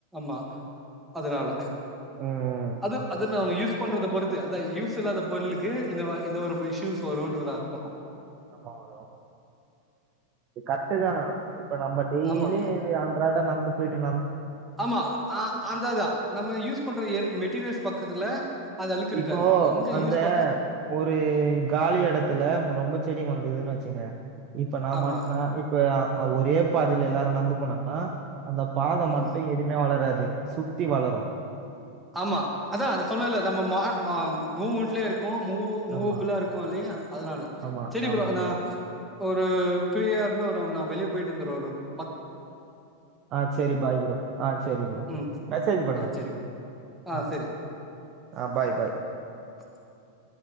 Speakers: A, in the centre; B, on the right.
A: ம அதனால
B: ம்.
A: அது அது யூஸ் யூஸ்பண்றத பொறுத்து அத யூஸ் இல்லாத பொருளுக்கு இந்த இந்த ஒரு இயூஸ் வரும்றது அர்த்தம்
B: ஆமா ப்ரோ. இது கர்டு தா இப்ப நம்ம டெய்லி
A: ஆமா
B: அன்றாட நடந்துபோயிட்டு
A: ஆமா அந்தான் நம்ம யூஸ் பண்ற மெட்டீரியல்ஸ் பக்கத்துல அது அழுக்கு இருக்காது
B: இப்போ
A: எங்க
B: அந்த
A: யூஸ் ப
B: ஒரு காலி இடத்துல ரொம்ப செடி வளந்து இருக்குதுன்னு வச்சீங்க இப்ப நான்ம
A: ஆமா
B: நான் இப்ப ஒரே பாதில எல்லாரும் நந்து போனாங்கன்னா அந்த பாதை
A: ஆமா
B: மட்டும் எதுவுமே வளராது ஏய் சுத்தி வளரும்
A: ஆமா அதா சொன்னேல நம்ம மா மா முமென்ட்லே இருக் மூ மூவபுளா
B: ஆமா,
A: இருக்கும் இல்லையா அதனால
B: ஆமா,
A: சேரி
B: ஆமா,
A: ப்ரோ
B: ஆமா.
A: ஒரு ஃப்ரீயா இருந்தா நா நா வெளிய போயிட்டு வந்துரு
B: ஆஹ் சேரி பாய் ப்ரோ ஆஹ சேரி ப்ரோ
A: ம்
B: மெசேஜ் பண்ணுங்க
A: ஆ சரி ப்ரோ ஆ
B: ஆஹ்
A: சரி
B: ஆஹ் பாய் பாய்
A: <inaudible>